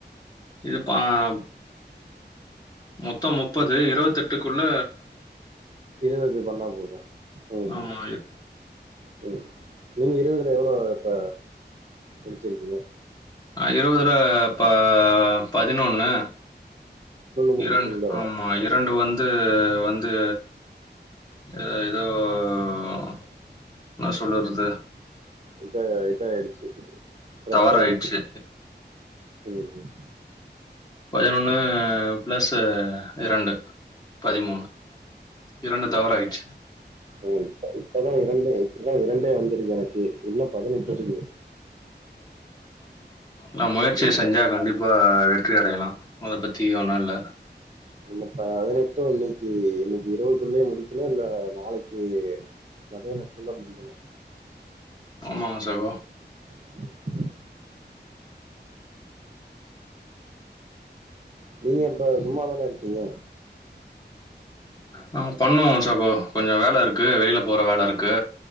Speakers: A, on the left; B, on the right.
A: இது பாம் மொத்த முப்பது இருவத்தெட்டுக்குள்ள
B: இருவது பண்ணா போது ம்
A: ஆமா
B: ம் ம் நீங்க இருவதுல எவ்வளோ இப்ப முடிச்சிருக்கீங்க
A: ஆ இருவதுல ப பதினொன்னு
B: முடிச்சிட்டீங்களோ?
A: இரண்ட் ஆமா இரண்டு வந்து வந் து ஏ இதோ ஓ நா சொல்லறது
B: இப்ப இதாயிடுச்சு ரத்தாயிடுச்சு
A: தவறாயிடுச்சு
B: ம் ம்
A: பதினொன்னு ப்ளஸு இரண்டு பதிமூணு இரண்டு தவறாய்ட்ச்சு
B: ஏய் இப்ப இப்பதா இரண்டே இப்பதா இரண்டே வந்துருக்கு எனக்கே இன்னு பதினெட்டு
A: ம்.
B: இருக்கு
A: நாம் முயற்சிய
B: இன்னும்
A: செஞ்சா
B: ப
A: கண்டிப்பா வெற்றி அடையலா அத பத்தி ஒன்னு இல்ல
B: இந்த பதுனெட்டு இன்னைக்கு இன்னைக்கு இரவுக்குள்ளே முடிக்கணு இல்ல நாளைக்கு மதியானக்குள்ள முடிக்கணு
A: ஆ சகோ
B: <inaudible> நீங்க இப்ப சும்மாதான இருக்கீங்க
A: நாம பண்ணுவோ சகோ கொஞ்ச வேல இருக்கு வெளில போற வேல இருக்கு